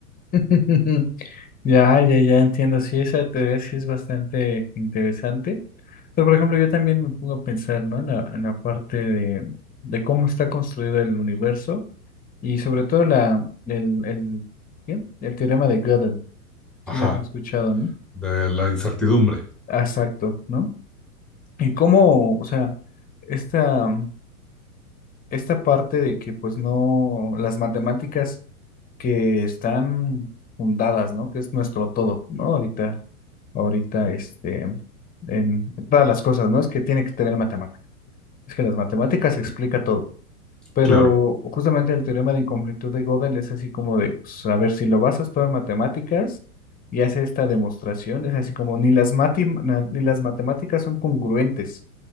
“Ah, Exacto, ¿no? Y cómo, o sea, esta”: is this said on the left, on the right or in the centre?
Left